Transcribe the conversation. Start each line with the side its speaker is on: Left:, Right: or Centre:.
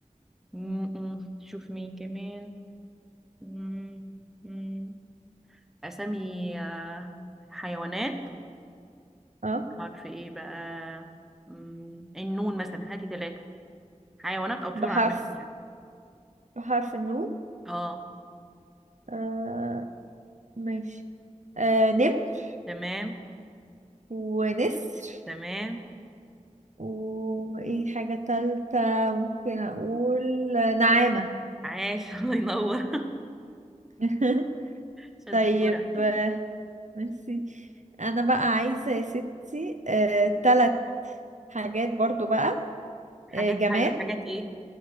Centre: م- م. شوف مين كمان م- م. أسامي آه حيوانات
Right: اه
Centre: حرف ايه بقى مم، النون مثلا هاتي ثلاثة حيوانات او طيور
Right: بحرف
Centre: عامة يعني
Right: بحرف النون
Centre: اه
Right: آه ماشي آه نمر
Centre: تمام
Right: ونسر
Centre: تمام
Right: وايه حاجة تالتة ممكن اقول نعامة
Centre: عاش <laughs> الله ينور <laughs>
Right: <laughs>
Centre: شطورة
Right: طيب آه، ميرسي انا بقى عايزة يا ستي آه، تلات حاجات برضو بقى
Centre: حاجات
Right: آه، جماد
Centre: حيو... حاجات ايه